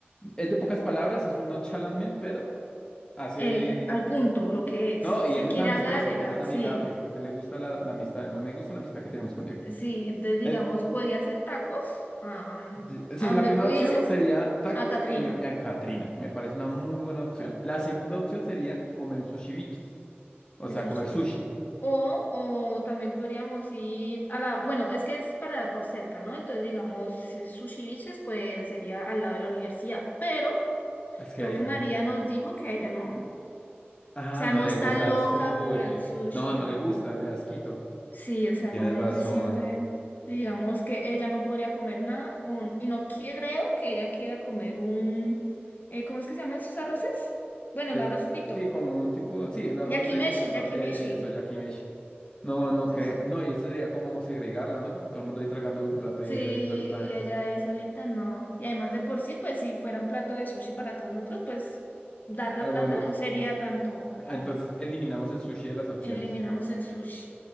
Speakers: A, on the left; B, on the left.
A: es de pocas palabras, es un no chalamen, pero hace.
B: el, al punto, lo que es.
A: No, y
B: Si
A: él
B: él
A: es
B: quiere
A: amistoso,
B: hablar, él
A: él
B: ha-
A: es amigable,
B: sí,
A: él le gusta la, la amistad, no me gusta la amistad que tenemos con Diego.
B: sí, entonces digamos,
A: Eh,
B: podrían ser tacos am,
A: sí, sí,
B: a
A: la
B: donde
A: primera
B: tú dices,
A: opción sería tacos
B: a Katrina
A: en, en Catrina, me parece una muy buena opción.
B: Ca-
A: La segunda
B: Ca-
A: opción sería comer en sushi biches, o
B: en
A: sea,
B: sus
A: comer
B: chivis.
A: sushi.
B: O, o también podríamos ir a la, bueno, es que es para por cerca, ¿no? Entonces, digamos, si Sushi Biches, pues sería al lado de la universidad, pero
A: Es que
B: creo
A: ahí
B: que
A: nunca...
B: María nos dijo que ella no, o
A: Ah,
B: sea,
A: no
B: no
A: le
B: está
A: gusta
B: loca
A: el sushi.
B: por el sushi,
A: No,
B: entonces.
A: no le gusta, le da asquito.
B: Sí, o sea,
A: Tienes
B: no,
A: razón.
B: no se siente, digamos que ella no podría comer nada o- y no que- creo que ella quiera comer un, eh, ¿cómo es que se llaman esos arroces? Bueno,
A: Eso-
B: el arroz frito.
A: sí, como un tipo, sí, el arroz
B: Yakimeshi,
A: de con pescado,
B: yakimeshi.
A: eh, eso, yakimeshi. No, no
B: Entonces,
A: creo. No, y eso sería como segregarla, ¿no? Porque todo el mundo ahí tragando de un plato
B: sí,
A: y ella ahí solita.
B: y
A: eh.
B: ella ahí solita, no. Y además de por sí, pues si fuera un plato de sushi para todos nosotros, pues dar la
A: Ah,
B: plata
A: bueno,
B: no sería tanto para
A: Entonces eliminamos el sushi de las opciones.
B: eliminamos el sushi.